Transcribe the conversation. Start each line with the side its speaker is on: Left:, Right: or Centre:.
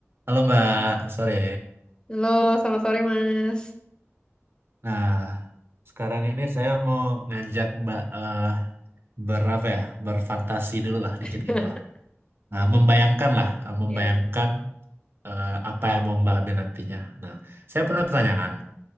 Right: Halo Mbak, sore.
Left: Halo, selamat sore Mas.
Right: Nah, sekarang ini saya mau ngajak Mbak eh, berapa ya, berfantasi dulu lah,
Left: <laughs>
Right: dikit gitu lah. Nah, membayangkan lah, eh, membayangkan
Left: Iya.
Right: eh, apa yang mau Mbak ambil nantinya. Nah, saya punya pertanyaan.